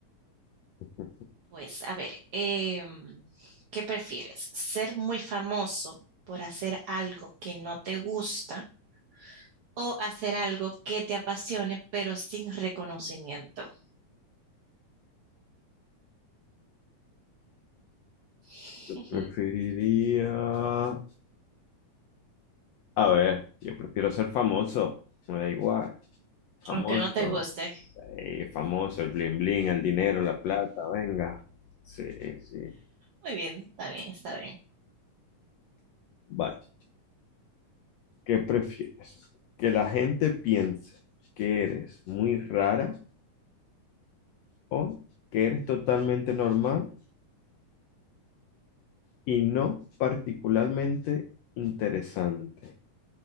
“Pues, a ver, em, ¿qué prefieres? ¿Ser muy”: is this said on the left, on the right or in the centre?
Right